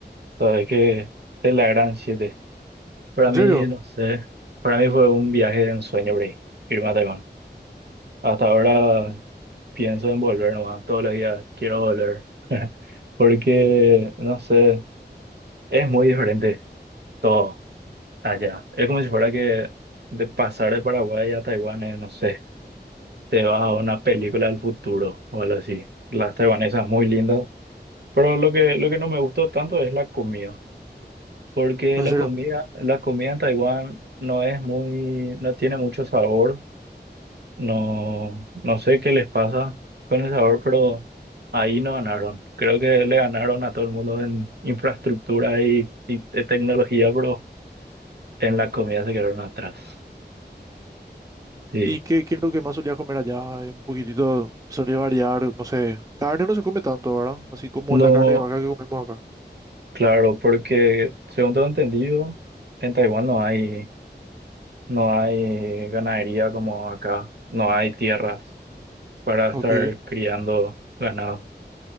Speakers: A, on the right; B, on the right.
A: Sabes que de la gran siete. Para
B: ¿En
A: mí,
B: serio?
A: no sé, para mí fue un viaje de ensueño por ahí, irme a Taiwán. Hasta ahora pienso en volver nomás, todos los días quiero volver, <laughs> porque,
B: Ujú,
A: no sé, es muy diferente todo allá. Es como si fuera que de pasar de Paraguay a Taiwán, es, no sé, te vas a una película del futuro o algo así. Las taiwanesas muy lindas, pero lo que, lo que no me gustó tanto es la comida, porque
B: ¿En
A: la
B: serio?
A: comida, la comida en Taiwán no es muy, no tiene mucho sabor No, no sé qué les pasa con el sabor, pero ahí no ganaron. Creo que le ganaron a todo el mundo en infraestructura y, y te- tecnología, pero en la comida se quedaron atrás. Sí.
B: ¿Y qué, qué es lo que más solía comer allá? Eh, Un poquitito solía variar, no sé. Carne no se come tanto, ¿verdad? Así como
A: No,
B: la carne de vaca que comemos acá.
A: claro, porque según tengo entendido, en Taiwán no hay, no hay ganadería como acá. No hay tierras para estar
B: Ok.
A: criando ganado.